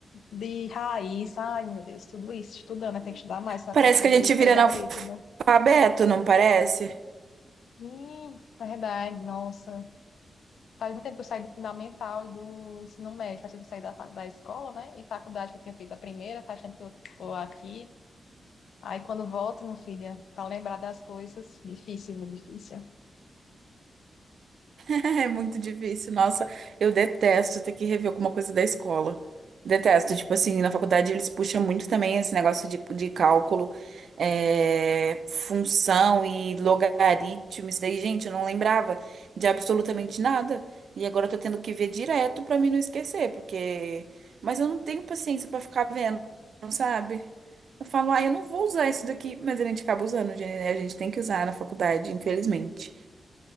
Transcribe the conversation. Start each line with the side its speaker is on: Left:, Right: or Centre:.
Left: de raiz. Ai, meu Deus, tudo isso, estudando, né? Tem que estudar mais, para
Right: Parece
Left: poder
Right: que a gente vira
Left: pegar
Right: analfabeto,
Left: o item,
Right: não parece?
Left: Sim, é verdade, nossa. Faz muito tempo que eu saí do fundamental e do ensino médio, faz tempo que eu saí da, fa- da escola, né? E faculdade que eu tinha feito a primeira, faz tempo que eu tô aqui. Aí quando volto, meu filho, para lembrar das coisas, difícil, viu? difícil.
Right: <laughs> É muito difícil. Nossa, eu detesto ter que rever alguma coisa da escola. Detesto. Tipo assim, na faculdade eles puxam muito também esse negócio de, de cálculo, é, função e logaritmo. Isso daí, gente, eu não lembrava de absolutamente nada. E agora eu tô tendo que ver direto pra mim não esquecer, porque. Mas eu não tenho paciência pra ficar vendo, não sabe? Eu falo, ah, eu não vou usar isso daqui, mas a gente acaba usando, gente, né? A gente tem que usar na faculdade, infelizmente.